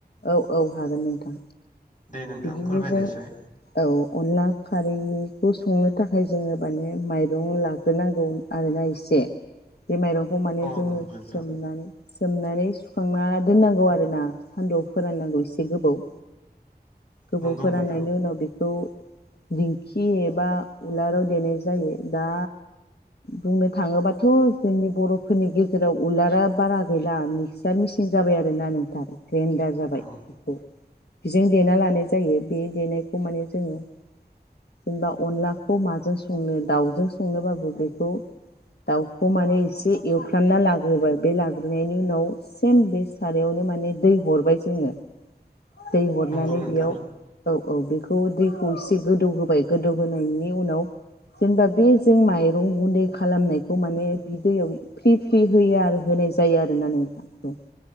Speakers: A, on the left (about 75°); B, on the left (about 50°).
A: औ औ हागोन नोंथां।
B: दे नोंथां
A: बिदिनो
B: फोरमायनायसाय
A: जों औ अनला खारैखौ संनोखौ थाखाय जोङो माने माइरं लाग्रोनांगौ आरोना एसे बे माइरंखौ माने
B: औ
A: जोङो
B: नंगौ नोंथां
A: सोमनानै सोमनानै सुखांना दोननांगौ आरो ना। सान्दुंआव फोराननांगौ एसे गोबाव। गोबाव
B: नंगौ
A: फोराननायनि
B: नोंथां
A: उनाव बेखौ दिंखि एबा उलाराव देनाय जायो दा बुंनो थाङोबा थ' जोंनि बर'फो रनि गेजेराव उलारा बारा गै ला मिक्सार मिसिन जाबाय आरो। जोंना नोंथां ग्रेन्दार
B: औ
A: जाबाय बेखौ बिजों देना लाना य जायो बे देनायखौ माने जोङो जेनबा अनलाखौ माजों संनो दावजों संनो बाबो बेखौ दावखौ माने एसे एवफ्रामना नागोबा बे लाग्रोनायनि बेनि उनाव सेम सारयावनो माने दै हरबाय जोङो दै हरनानै
B: नंगौ नोंथां
A: बेयाव औ औ बेखौ दै एसे गोदौ होबाय गोदौ होनायनि उनाव जेनबा बे जों माइरं गुन्दै खालामनायखौ माने बि दैयाव फ्रि फ्रि होयो आरो होनाय जायो आरोना नोंथां